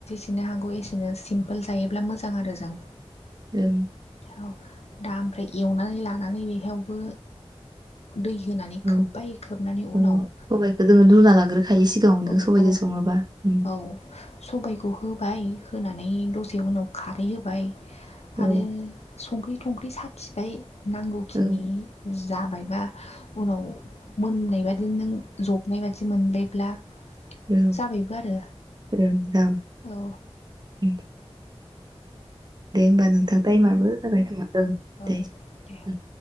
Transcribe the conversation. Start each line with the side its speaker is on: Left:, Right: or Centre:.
Left: जेसेनो हागौ एसेनो सिमपोल जायोब्ला मोजां आरो जों
Right: ओ
Left: औ दा ओमफ्राय एवनानै लानानै बेहावबो दै होनानै
Right: ओं
Left: खोबबाय खोबनानै उनाव
Right: औ सबाइखौ जोङो लुना लाग्रोखायो सिगाङावनो
Left: औ
Right: सबाइजों
Left: औ
Right: सङोबा उम
Left: औ सबाइयखौ हो होबाय होनानै दसे उनाव खारै होबाय
Right: औ
Left: आरो। संख्रि थंख्रि साखिबाय नांगौखिनि
Right: औ ओं
Left: जाबायबा उनाव मोननाय बादि नों जबनाय बादि मोनबायब्ला।
Right: <inaudible>
Left: जाबायबो आरो औ
Right: दे होमबा नोंथां टाइमाबो जाबाय नामा ओं
Left: औ
Right: दे
Left: दे
Right: ओ